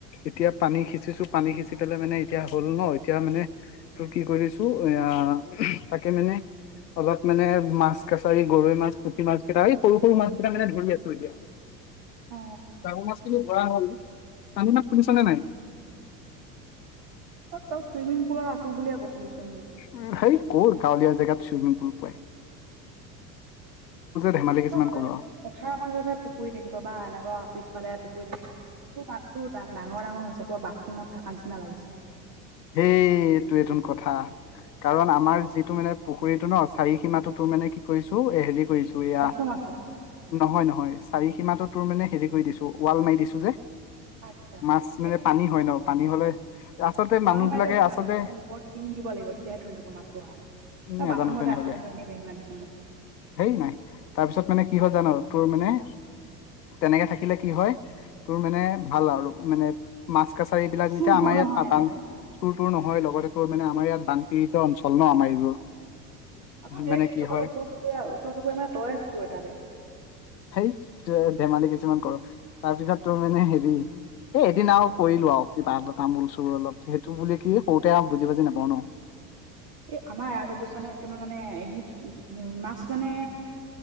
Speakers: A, on the left (about 85°); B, on the right (about 55°).
A: এতিয়া পানী সিঁচিছো, পানী সিঁচি পেলাই মানে এতিয়া হ'ল নহ, এতিয়া মানে তোৰ কি কৰি <unintelligible> এয়া তাকে মানে অলপ মানে মাছ কাছাৰি গৰৈ মাছ, পুঠি মাছ কিতা। এই সৰু সৰু মাছ কিতা মানে ধৰি আছো এতিয়া।
B: অ
A: ডাঙৰ মাছখিনি ধৰা হ'ল, পানীৰ মাত শুনিছনে নাই?
B: অ', তই চুইমিং পোলত আছো বুলিয়ে কৈছিলিচোন মোক?
A: উম, হেই ক'ত গাঁৱলীয়া জেগাত চুইমিং পুল পাই।
B: <unintelligible>
A: ধেমালি কিছুমান
B: যদি
A: কৰো আৰু
B: পথাৰৰ মাজতে পুখুৰী থাকিব বা <unintelligible> পিছফালে পুখুৰী তোৰ মাতটো ডা-ডাঙৰ ডাঙৰ হৈছে, ক'বাত বাথৰুমত থাকা নিচিনা লাগিছে।
A: হেই টোৱেটোন কথা। কাৰণ আমাৰ যিটো মানে পুখুৰীটো নহ, চাৰি সীমাটো তোৰ মানে কি কৰিছো এ হেৰি কৰিছো এয়া,
B: বাথৰুম আছে
A: নহয় নহয় চাৰি সীমাটো তোৰ মানে হেৰি কৰি দিছো উৱাল মাৰি দিছো যে
B: আচ্ছা
A: মাছ মানে
B: এ
A: পানী হয় নহ, পানী হলে <unintelligible>
B: উৱাল মাৰিলেও
A: বিলাকে
B: এনেকুৱা
A: আচলতে
B: নহয়, মানে ওপৰত টিং দিব লাগিব। তেতিয়াহে তোৰ এনেকুংৱা মাতটো আহে।
A: উম
B: তই
A: নাজানো
B: বাথৰুমতে
A: তেনেহলে
B: আছ, তইটো এনেই বেঙেনা দিছ' মোক।
A: হেই নাই, তাৰপিছত মানে কি হ'ল জান তোৰ মানে তেনেকে থাকিলে কি হয়, তোৰ মানে ভাল আৰু মানে মাছ কাছাৰি এইবিলাক
B: চুৰ
A: এতিয়া
B: তোৰ
A: আমাৰ
B: নহয়
A: ইয়াত
B: ইয়াতে
A: <unintelligible> চোৰ তোৰ নহয়, লগতে তোৰ মানে আমাৰ ইয়াত বানপীড়িত অঞ্চল নহ আমাৰ এইবোৰ।
B: আকৌ হেৰি,
A: মানে কি
B: তই <unintelligible>
A: হয়
B: ওচৰ চুবুৰীয়া ওচৰ চুবুৰীয়া মানে তয়েই <unintelligible>
A: <unintelligible> ধেমালি কিছুমান কৰ। তাৰপিছত তোৰ মানে হেৰি, এ এদিন আৰু কৰিলো আৰু কিবা <unintelligible> তামোল <unintelligible> বুলি কি, সৰুতে আৰু বুজি বাজি নেপাওঁ নহ।
B: এ, আমাৰ <unintelligible> বুইচনে একেবাৰে মানে <unintelligible> মাছ মানে